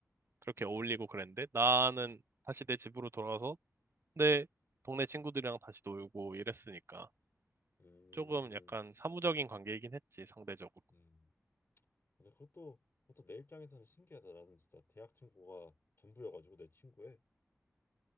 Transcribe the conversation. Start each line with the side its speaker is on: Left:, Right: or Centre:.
Right: 그렇게 어울리고 그랬는데 나는 다시 내 집으로 돌아가서 내 동네 친구들이랑 다시 놀고 이랬으니까
Left: 음.
Right: 조금 약간 사무적인 관계이긴 했지 상대적으로.
Left: 음. 근데 그것도 그것도 내 입장에서는 신기하다. 나는 진짜 대학 친구가 전부여가지고 내 친구에.